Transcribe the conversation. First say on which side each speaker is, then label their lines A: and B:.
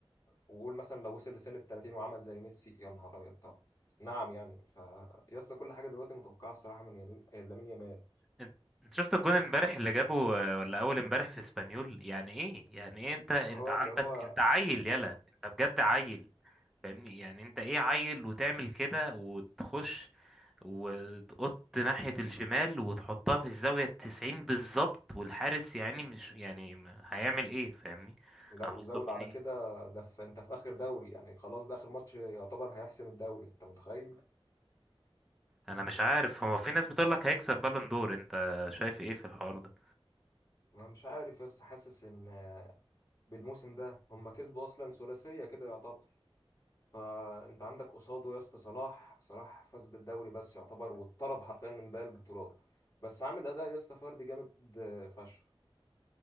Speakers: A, on the left; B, in the centre.
A: وقول مثلا لو وصل لسن ال 30 وعمل زي ميسي يا نهار ابيض طب نعم يعني فيسطا كل حاجة دلوقتي متوقعة الصراحة من يمين لامين يامال
B: انت انت شفت الجون امبارح اللي جابه آه، ولا اول امبارح في اسبانيول يعني ايه يعني ايه انت انت
A: هو
B: عندك
A: اللي هو
B: انت عيل يلا انت بجد عيل فاهمني يعني انت ايه عيل وتعمل كده وتخش وتقط ناحية الشمال وتحطها في الزاوية التسعين بالظبط والحارس يعني مش يعني م- هيعمل ايه فاهمني
A: لا
B: عم-
A: وزود
B: مطلوب
A: على
B: مني ايه
A: كده ده في انت في اخر دوري يعني خلاص ده اخر ماتش يعتبر هيحسم الدوري انت متخيل
B: انا مش عارف هو في ناس بتقول لك هيكسب بالون دور انت شايف ايه في الحوار ده
A: انا مش عارف بس حاسس ان آه، بالموسم ده هم كسبوا اصلا ثلاثيه كده يعتبر فانت عندك قصاده يا اسطى صلاح صلاح فاز بالدوري بس يعتبر واتطرد حرفيا من باقي البطولات بس عامل اداء يا اسطى فردي جامد آه، فشخ